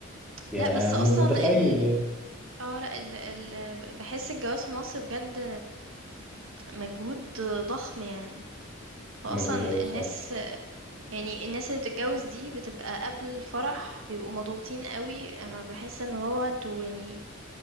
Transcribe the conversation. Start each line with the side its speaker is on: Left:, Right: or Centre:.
Centre: يعني
Right: لا بس
Centre: أنا م-
Right: اصلا
Centre: متخيل
Right: ال
Centre: يعني
Right: اه لا ال... ال... بحس الجواز في مصر بجد مجهود ضخم يعني واصلا
Centre: مجهود قوي بصراحه
Right: الناس يعني الناس اللي بتتجوز دي بتبقى قبل الفرح بيبقوا مضغوطين قوي انا بحس ان هو انتوا يعني